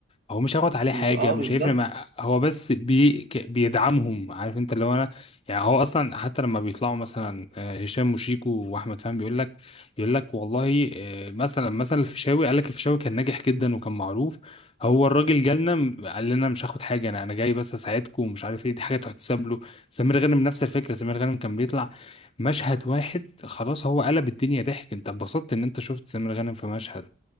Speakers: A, on the left; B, on the right.
A: هو مش هياخد عليه
B: و-
A: حاجة
B: اه
A: مش
B: بالظبط
A: هيفرق مع هو بس بي... ك- بيدعمهم عارف انت اللي هو انا يعني هو اصلا حتى لما بيطلعوا مثلا آه، هشام وشيكو واحمد فهمي بيقول لك يقول لك والله آه، مثلا مثلا الفيشاوي قال لك الفيشاوي كان ناجح جدا وكان معروف هو الراجل جالنا م- قال لنا مش هاخد حاجة انا انا جاي بس اساعدكم ومش عارف ايه دي حاجة تحتسب له سمير غانم نفس الفكرة سمير غانم كان بيطلع مشهد واحد خلاص هو قلب الدنيا ضحك انت اتبسطت ان انت شفت سمير غانم في مشهد